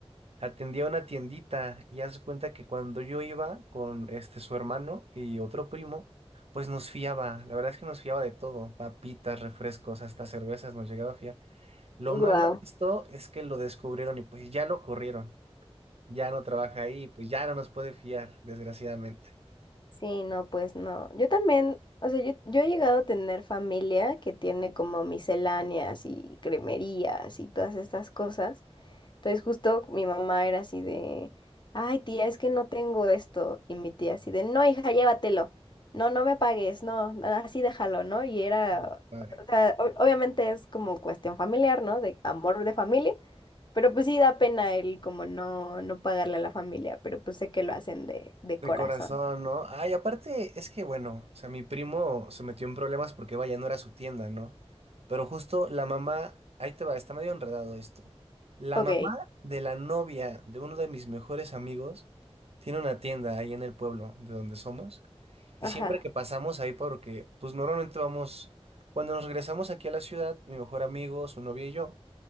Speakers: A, on the right; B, on the left.
A: Atendía una tiendita y haz de cuenta que cuando yo iba con este su hermano y otro primo, pues nos fiaba, la verdad es que nos fiaba de todo, papitas, refrescos, hasta cervezas nos llegaba a fiar. Lo
B: Wow.
A: malo de esto es que lo descubrieron y pues ya lo corrieron. ya no trabaja ahí, pues ya no nos puede fiar, desgraciadamente.
B: Sí, no, pues no. Yo también, o sea, yo, yo he llegado a tener familia que tiene como misceláneas y cremerías y todas estas cosas. Entonces justo mi mamá era así de, ay tía, es que no tengo esto. Y mi tía así de, no, hija, llévatelo. No, no me pagues, no, así déjalo, ¿no? Y era,
A: Muy padre.
B: o sea, o- obviamente es como cuestión familiar, ¿no? De amor de familia. Pero pues sí da pena el como no, no pagarle a la familia, pero pues sé que lo hacen de, de
A: De
B: corazón.
A: corazón, ¿no? Ay, aparte, es que bueno, o sea, mi primo se metió en problemas porque vaya, no era su tienda, ¿no? Pero justo la mamá, ahí te va, está medio enredado esto. La
B: Ok,
A: mamá de la novia de uno de mis mejores amigos tiene una tienda ahí en el pueblo de donde somos. Y
B: ajá,
A: siempre que pasamos ahí, porque pues normalmente vamos, cuando nos regresamos aquí a la ciudad, mi mejor amigo, su novia y yo.